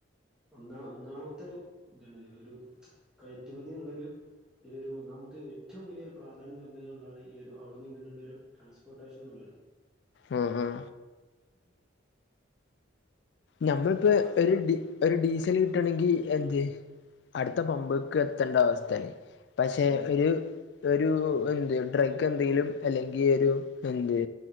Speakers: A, in the centre; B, on the left (about 60°).
A: ഒന്ന ഒന്നാമത്തെൊരു ഇതാണ് ഒരു കയറ്റുമതി ഉള്ളരു ഇതൊരു ഒന്നാമത്തെ ഏറ്റവും വലിയൊരു പ്രാധാന്യം നിറഞ്ഞത് കൊണ്ടാണ് ഈ ഒരു അവിടെ ന്ന്ങ്ങട്ടുള്ളൊരു ട്രാൻസ്പോർട്ടേഷൻ ന്നുള്ളത്
B: ഉം ഉം
A: അം
B: ഞമ്മളിപ്പോ
A: അവിടുന്ന്
B: ഒരു ഡി ഒരു ഡീസല് കിട്ടണങ്കി എന്ത് അടുത്ത പമ്പ്ക്ക് എത്തണ്ട അവസ്ഥയിണ് പക്ഷെ
A: ഉം
B: ഒരു ഒരു എന്ത് ഡ്രഗ് എന്തെങ്കിലും അല്ലെങ്കി ഒരു എന്ത്